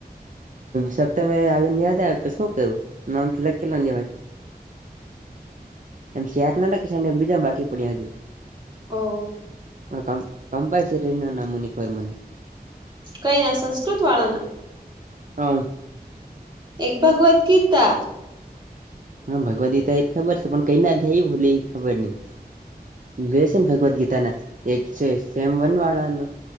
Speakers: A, on the right; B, on the right.
A: સપ્તામે આવી ને યાદ આવે તો શું કરું નામ તો લખેલો નહી હોય. એમ શ્યાાર ના લખી છેને બીજા બાકી પડ્યા હજુ
B: ઓ
A: હ કમ કંપલ્સરી ન ના મુનિકર મને
B: કઈ ના સંસ્કૃત વાળા ના
A: હા
B: એક ભગવદ્ ગીતા
A: હા ભગવદ ગીતા એ ખબર છે પણ કઈ અધ્યાય એ ભૂલે ખબર નઈ. બે છે ભગવદ ગીતાના એક છે સ્વ વન વાળાનું